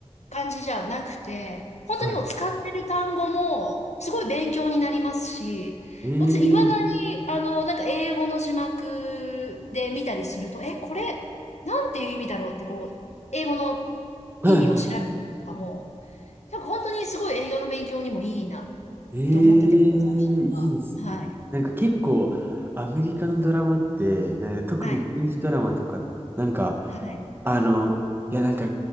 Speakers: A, on the left; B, on the right.
A: 感じじゃなくて、本当にもう使ってる単語も、
B: はい。
A: すごい勉強になりますし、
B: ええ
A: 私、未だに、あの、なんか英語の字幕で見たりすると、え、これ、なんていう意味だろうって、こう、英語の意味を調べるとかも、
B: はいはい。
A: なんか本当にすごい英語の勉強にもいいなっ
B: ええいいですね。
A: て思ってて、この作品は。はい。
B: なんか結構、アメリカのドラマって、なんか特に刑事ドラマとか、
A: はい。
B: なんか、
A: はい。
B: あの、いやなんか、